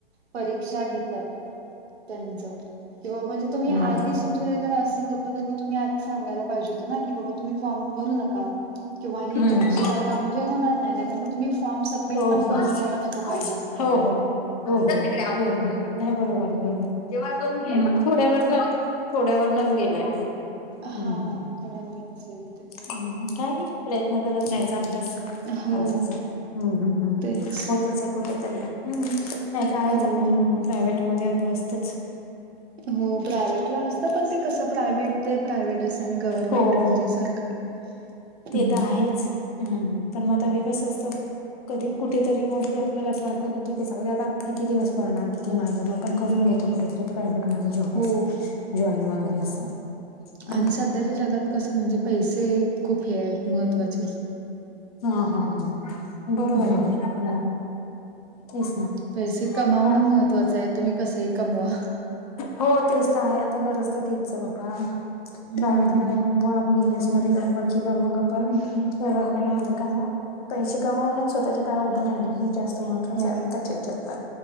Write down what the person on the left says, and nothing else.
हं,
हं.
हं,
हं.
हो,
हो.
हो हो नाही बरोबर बरोबर तेवाच करून घे पुढवर थोड्यावरनंच गेले म
हम्म
हम् काय नाही प्रयत्न करत रायचा अभ्यास चालतच
आहे. हम्म हम्म हम्म
होतच आए कुठेतरी हम्म नाई तर आहेयच
पण प्रायव्हेट मधे आपलं असतंच.
हो
हो.
ते त आहेच. हम्म पण म आता ते कस असत. कधी कुठेतरी म ते आपल्याला अस वाटतं होत की ठीके जाऊदे. आता किती दिवस पळणार. की माझे मग आपण करून घेतो कुठेतरी प्रायव्हेट मध्ये जॉब
अस जॉईन वगैरे असं. हम्म
हा हा हा. बरोबर
ए ना. तेच ना
बा
हो तेच त आहे आता गरज तर तीच ए बाबा.
प्रायव्हेट मध्ये कमवा. बिझनेसमध्ये कमवा. किंवा मग आपण म्ह माझं कामवा पैशे कमावनं अन् स्वतःच्या पायावर उभं राहणे हे जास्त महत् त्त्वाच
आताच्या जगात